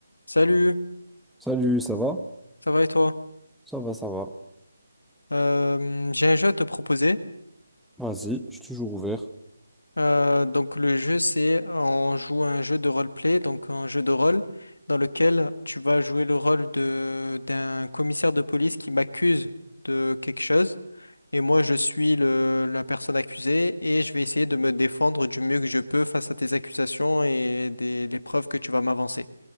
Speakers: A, on the left; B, in the centre.
A: Salut,
B: Salut, ça va?
A: ça va et toi?
B: Ça va, ça va.
A: Euh, j'ai un jeu à te proposer.
B: Vas-y, je suis toujours ouvert.
A: Euh, donc le jeu c'est on joue à un jeu de roleplay, donc un jeu de rôle dans lequel tu vas jouer le rôle de d'un commissaire de police qui m'accuse de quelque chose et moi je suis le, la personne accusée et je vais essayer de me défendre du mieux que je peux face à tes accusations et des, les preuves que tu vas m'avancer.